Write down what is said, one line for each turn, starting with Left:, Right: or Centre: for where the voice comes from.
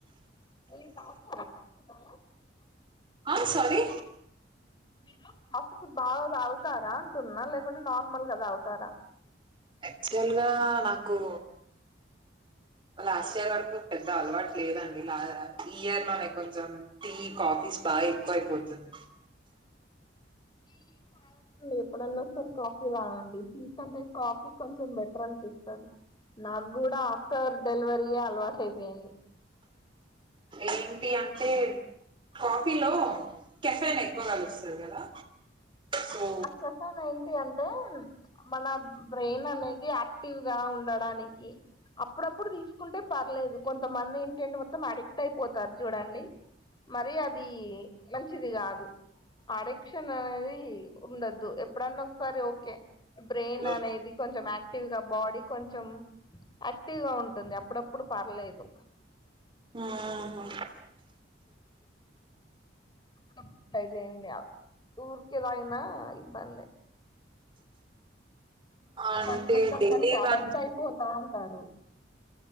Left: <unintelligible>
Right: ఆ సారీ
Left: మీరు కాఫీ బాగాతాగుతారా అంటున్నా, లేకుంటే నార్మల్గా తాగుతారా?
Right: యాక్చువల్ గా నాకు లాస్ట్ ఇయర్ వరకు పెద్ద అలవాటు లేదండిలా ఈ ఇయర్ లోనే కొంచెం టీ కాఫీస్ బాగెక్కువయిపోతుంది.
Left: టీ కాదు ఎప్పుడన్నొక్సారి కాఫీ తాగండి. టీ కంటే కాఫీ కొంచెం బెటర్ అనిపిస్తది. నాగూడా ఆఫ్టర్ డెలివరీయే అలవాటైయిపోయింది.
Right: ఏంటి అంటే? కాఫీలో కెఫేన్ ఎక్కువ కలుస్తది కదా. సో
Left: ఆ కెఫెన్ ఏంటి అంటే? మన బ్రెయిన్ అనేది యాక్టివ్ గా ఉండడానికి అప్పుడప్పుడు తీసుకుంటే పర్లేదు. కొంతమందెంటంటే మొత్తం అడిక్ట్ అయిపోతారు చూడండి. మరీ అది మంచిది కాదు. అడిక్షన్ అనేది ఉండోద్దు ఎప్పుడన్నొక్సారి ఓకే బ్రెయిన్
Right: ఆ
Left: అనేది కొంచెం ఆక్టివ్ గా బాడీ కొంచెం మ్ ఆక్టివ్ గా ఉంటుంది. అప్పుడప్పుడు పర్లేదు
Right: ఉంహు
Left: అప్పుడప్పుడు ట్రై చేయండి ఊర్కే తాగినా ఇబ్బందే కొంత
Right: అంటే
Left: మంది మొత్తం
Right: డైలీ
Left: దానికి అడక్ట్
Right: వన్
Left: అయిపోతా ఉంటారు.